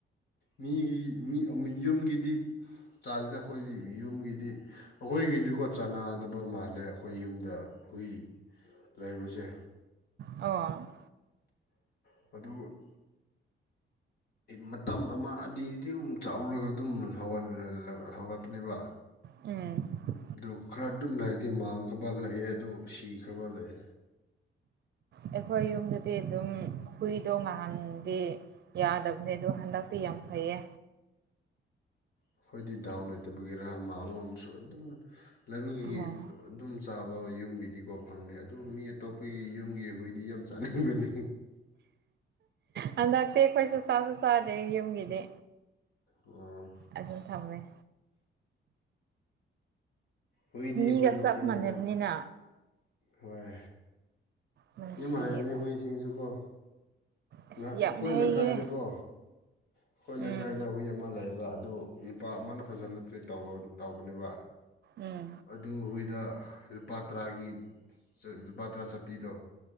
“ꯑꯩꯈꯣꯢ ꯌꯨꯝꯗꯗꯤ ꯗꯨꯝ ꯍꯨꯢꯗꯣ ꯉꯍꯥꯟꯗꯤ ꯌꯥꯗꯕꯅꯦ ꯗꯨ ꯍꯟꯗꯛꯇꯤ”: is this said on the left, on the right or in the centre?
Right